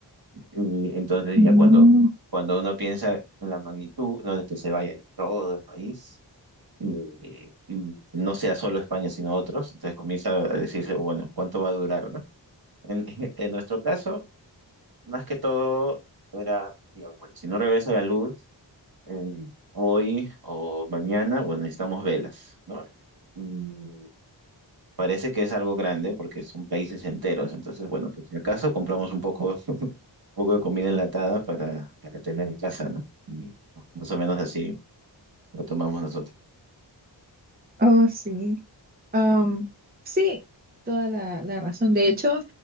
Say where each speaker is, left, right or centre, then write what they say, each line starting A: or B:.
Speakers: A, on the right; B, on the right.
A: Y entonces,
B: No.
A: ya cuando, cuando uno piensa en la magnitud, no de que se vaya en todo el país, y, y no sea solo España, sino otros, entonces comienza a decirse, bueno, ¿cuánto va a durar, no? En, <laughs> en nuestro caso, más que todo, era, digamos, bueno, si no regresa la luz, eh, hoy o mañana, bueno, necesitamos velas, ¿no? Y parece que es algo grande porque son países enteros, entonces, bueno, pues si acaso compramos un poco, <laughs> un poco de comida enlatada para, para tener en casa, ¿no? Y más o menos así lo tomamos nosotros.
B: Oh, sí. Am, sí, toda la, la razón. De hecho,